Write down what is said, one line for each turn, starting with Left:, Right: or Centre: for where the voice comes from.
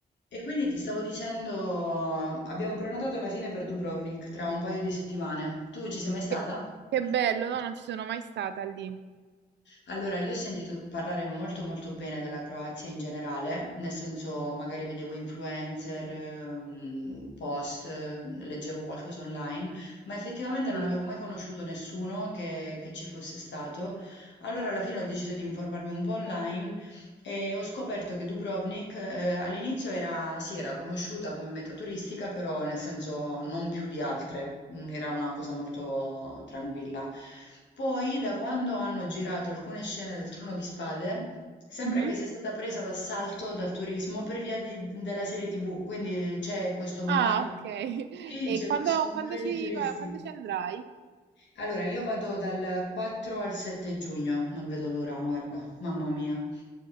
Left: E quindi ti stavo dicendo, abbiamo prenotato alla fine per Dubrovnik tra un paio di settimane. Tu ci sei mai stata?
Right: Che, che bello, no, non ci sono mai stata lì.
Left: Allora, io ho sentito parlare molto molto bene della Croazia in generale, nel senso magari vedevo influencer, ehm, post, eh, leggevo qualcosa online, ma effettivamente non
Right: Sì.
Left: avevo mai conosciuto nessuno che, che ci fosse stato. Allora, alla fine ho deciso di informarmi un po' online E ho scoperto che Dubrovnik, eh, all'inizio era, sì, era conosciuta come meta turistica, però nel senso non più di altre, Mm, era una cosa molto tranquilla. Poi, da quando hanno girato alcune scene del Trono di Spade, sembra
Right: Mhm.
Left: che sia stata presa d'assalto dal turismo per via di- della serie TV, quindi c'è questo mare,
Right: Ah, ok. <laughs>
Left: sì,
Right: E
Left: c'è
Right: quando,
Left: questo mare
Right: quando ci,
Left: di turisti.
Right: va- quando ci andrai?
Left: Allora, io vado dal 4 al 7 giugno, non vedo l'ora, guarda, mamma mia.